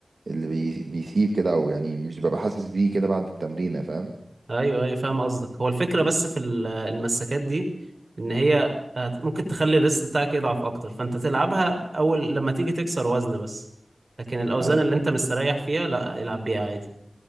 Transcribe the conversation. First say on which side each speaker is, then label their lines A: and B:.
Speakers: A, on the right; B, on the right.
A: اللي بي- بيسيب كده او يعني مش ببقى حاسس بيه كده بعد التمرين فاهم
B: ايوه ايوه فاهم قصدك هو الفكرة بس في ال- المساكات دي ان هي هت- ممكن تخلي الريست بتاعك يضعف اكتر فانت تلعبها اول لما تيجي تكسر وزن بس لكن الاوزان
A: ايوه
B: اللي
A: فاهم
B: انت مستريح فيها لا العب بيها عادي